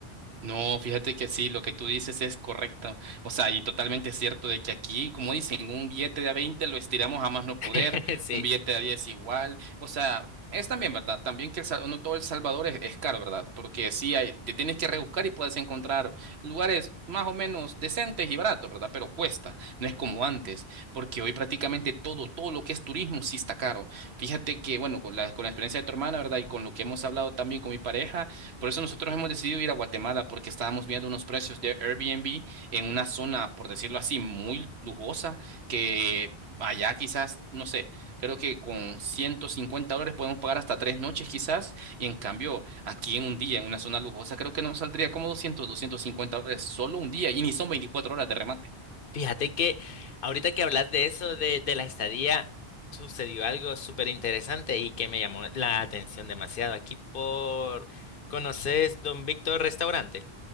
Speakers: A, on the right; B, on the left.
A: No, fíjate que sí, lo que tú dices es correcto. O sea, y totalmente cierto de que aquí, como dicen, un billete de a 20 lo estiramos a más no poder,
B: <laughs> Sí.
A: un billete de a 10 igual. O sea, es también verdad, también que el, Sal- no todo El Salvador es, es caro, ¿verdad? Porque sí, hay, te tienes que rebuscar y puedes encontrar lugares más o menos decentes y baratos, ¿verdad? Pero cuesta, no es como antes, porque hoy prácticamente todo, todo lo que es turismo sí está caro. Fíjate que, bueno, con la, con la experiencia de tu hermana, ¿verdad? Y con lo que hemos hablado también con mi pareja. Por eso nosotros hemos decidido ir a Guatemala porque estábamos viendo unos precios de Airbnb en una zona, por decirlo así, muy lujosa, que allá quizás, no sé, creo que con 150 dólares podemos pagar hasta tres noches quizás, y en cambio aquí en un día, en una zona lujosa, creo que nos saldría como 200, 250 dólares solo un día, y ni son 24 horas de remate.
B: Fíjate que ahorita que hablas de eso, de, de la estadía, sucedió algo súper interesante y que me llamó la atención demasiado. Aquí por... ¿Conoces Don Víctor Restaurante?